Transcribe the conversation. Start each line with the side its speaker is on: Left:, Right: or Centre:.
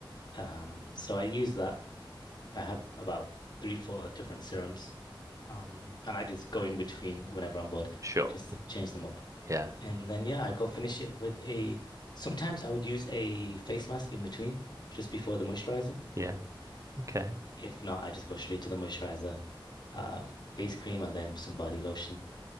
Left: Um, so I use that. I have about three, four different serums, um, and I just go in between whenever I'm bored,
Right: Sure.
Left: just change them up,
Right: Yeah,
Left: and then yeah, I go finish it with a. Sometimes I would use a face mask in between, just before the moisturizer.
Right: yeah. Okay.
Left: If not, I just go straight to the moisturizer, uh, face cream, and then some body lotion.